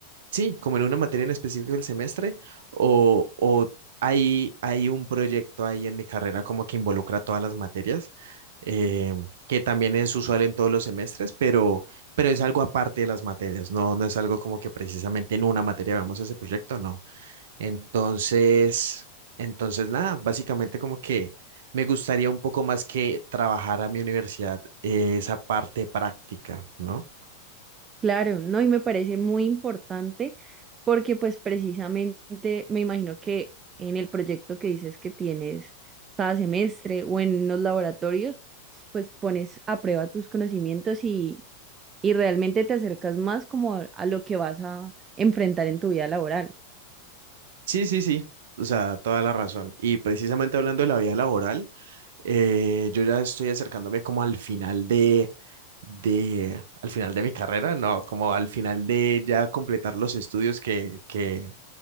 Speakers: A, on the right; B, on the right.
A: sí, como en una materia en específico del semestre o, o hay, hay un proyecto ahí en mi carrera como que involucra todas las materias. Eh, que también es usual en todos los semestres, pero, pero es algo aparte de las materias, no, no es algo como que precisamente en una materia vamos ese proyecto, no. Entonces, entonces nada, básicamente como que me gustaría un poco más que trabajar a mi universidad eh, esa parte práctica, ¿no?
B: Claro, ¿no? Y me parece muy importante porque pues precisamente me imagino que en el proyecto que dices que tienes cada semestre o en los laboratorios, pues pones a prueba tus conocimientos y, y realmente te acercas más como a, a lo que vas a enfrentar en tu vida laboral.
A: Sí, sí, sí, o sea, toda la razón. Y precisamente hablando de la vida laboral, eh, yo ya estoy acercándome como al final de, de, al final de mi carrera, no, como al final de ya completar los estudios que, que